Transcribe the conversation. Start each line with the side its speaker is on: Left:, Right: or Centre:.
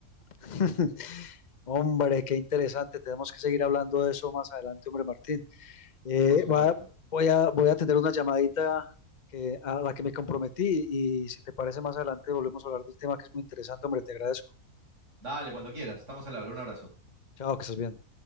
Left: <laughs> Hombre, qué interesante. Tenemos que seguir hablando de eso más adelante, hombre Martín. Eh,
Right: Por supuesto.
Left: va- voy a, voy a atender una llamadita que, a la que me comprometí y si te parece más adelante volvemos a hablar del tema que es muy interesante, hombre, te agradezco.
Right: Dale, cuando quieras. Estamos al habla. Un abrazo.
Left: Chao, que estés bien.